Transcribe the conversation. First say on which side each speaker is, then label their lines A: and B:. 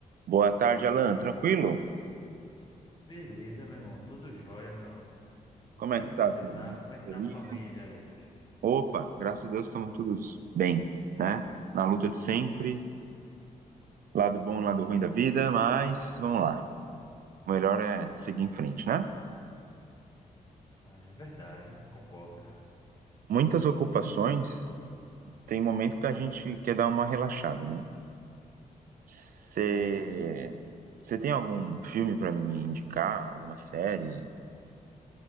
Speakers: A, on the right; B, on the left.
A: Boa tarde, Alan. Tranquilo?
B: Beleza, meu irmão. Tudo jóia, meu. irmão.
A: Como
B: Como
A: é
B: é
A: que
B: que
A: tá,
B: você
A: vida?
B: tá?
A: Muita
B: Como é
A: correria?
B: que tá a família, Lucas?
A: Opa, graças a Deus estamos todos bem, né? Na luta de sempre, lado bom e lado ruim da vida, mas vamos lá. O melhor é seguir em frente, né?
B: Ah, é verdade, concordo.
A: Muitas ocupações, tem momento que a gente quer dar uma relaxada, né? Você
B: Ô, c-
A: você tem algum filme para me indicar? Alguma série?